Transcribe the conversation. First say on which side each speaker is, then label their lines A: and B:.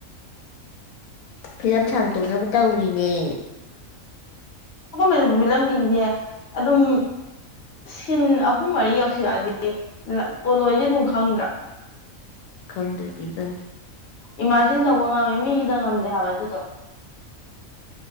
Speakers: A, on the left; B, on the left.
A: ꯐꯤꯂꯝ ꯁꯥꯡꯇꯣꯛꯅꯕ ꯇꯧꯔꯤꯅꯦ
B: ꯑꯩꯈꯣꯏ ꯃꯅꯤꯄꯨꯔ ꯐꯤꯂꯝꯁꯤꯡꯁꯦ ꯑꯗꯨꯝ ꯁꯤꯟ ꯑꯍꯨꯝ ꯃꯔꯤ ꯌꯧꯁꯤꯜꯂꯛꯑꯗꯤ ꯄꯣꯠꯂꯣꯏꯁꯦ ꯑꯗꯨꯝ ꯈꯪꯗ꯭ꯔꯥ
A: ꯈꯪꯗꯦꯗꯤ ꯀ
B: ꯏꯃꯥꯖꯤꯟ ꯇꯧꯕ ꯉꯝꯃꯦ ꯃꯤꯒꯤꯗ ꯉꯝꯗꯦ ꯍꯥꯏꯕ ꯑꯗꯨꯗꯣ